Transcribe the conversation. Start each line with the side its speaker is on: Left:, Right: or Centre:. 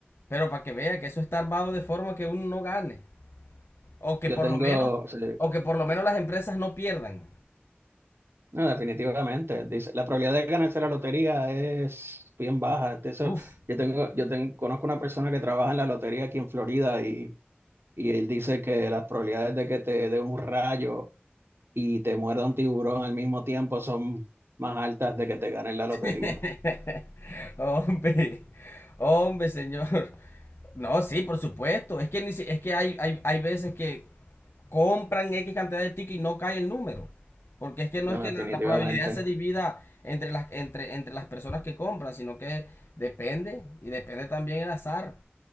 Left: Pero para que vea que eso está armado de forma que uno no gane, o que
Right: Yo
Left: por
Right: tengo,
Left: lo menos,
Right: sí,
Left: o que por lo menos las empresas no pierdan.
Right: No, definitivamente. Dice, la probabilidad de ganarse la lotería es bien baja. De Eso,
Left: Uf.
Right: yo tengo, yo ten- conozco una persona que trabaja en la lotería aquí en Florida y, y él dice que las probabilidades de que te dé un rayo y te muerda un tiburón al mismo tiempo son más altas de que te ganen la
Left: <laughs>
Right: lotería.
Left: Hombre, hombre, señor. No, sí, por supuesto. Es que, ni si- es que hay, hay, hay veces que compran X cantidad de tickets y no cae el número. Porque es que no
Right: No,
Left: es que
Right: definitivamente.
Left: la, la probabilidad se divida entre las, entre, entre las personas que compran, sino que depende y depende también el azar.